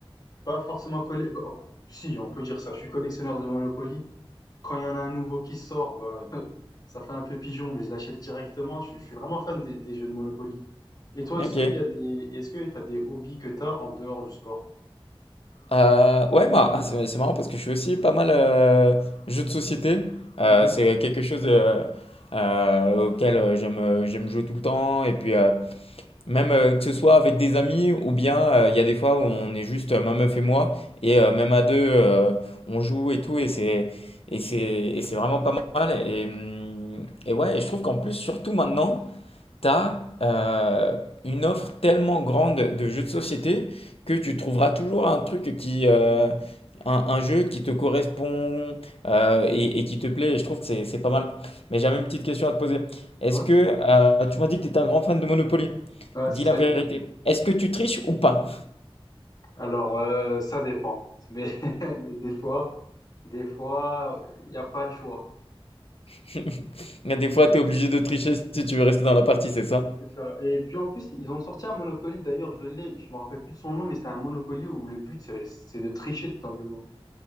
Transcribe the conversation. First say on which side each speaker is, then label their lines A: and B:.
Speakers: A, on the left; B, on the left.
A: pas forcément collé. bah, oh, si, on peut dire ça. Je suis collectionneur de Monopoly, quand il y en a un nouveau qui sort, bah, <laughs> ça fait un peu pigeon, mais je l'achète directement. Je, je suis vraiment fan des, des jeux de Monopoly. Et
B: <laughs>
A: toi,
B: Ok.
A: est-ce qu'il y a des, est-ce que tu as des hobbies que tu as en dehors du sport?
B: Euh, ouais, bah, ah, c'est c'est marrant parce que je suis aussi pas mal euh, jeux de société. Euh,
A: Mhm.
B: c'est quelque chose euh, euh, auquel euh, j'aime euh, j'aime jouer tout le temps. Et puis, euh, même euh, que ce soit avec des amis ou bien euh, il y a des fois où on est juste euh, ma meuf et moi, et euh, même à deux, euh, on joue et tout, et c'est et c'est et c'est vraiment pas mal. Et, hum, et ouais, et je trouve qu'en plus, surtout maintenant, T'as euh, une offre tellement grande de jeux de société que tu trouveras toujours un truc qui, euh, un, un jeu qui te correspond euh, et, et qui te plaît. Et je trouve que c'est c'est pas mal. Mais j'avais une petite question à te poser. Est-ce
A: Ouais.
B: que euh, tu m'as dit que tu étais un grand fan de Monopoly?
A: Ouais,
B: Dis
A: c'est ça
B: la vérité.
A: exactement.
B: Est-ce que tu triches ou pas?
A: Alors, euh, ça dépend. Mais, <laughs> des fois, des fois, il n'y a pas le choix.
B: <laughs> Des fois, tu es obligé de tricher si tu veux rester dans la partie, c'est ça?
A: C'est ça. Et puis en plus, ils ont sorti un Monopoly. D'ailleurs, je l'ai, je me rappelle plus de son nom, mais c'est un Monopoly où le but, c'est c'est de tricher tout simplement.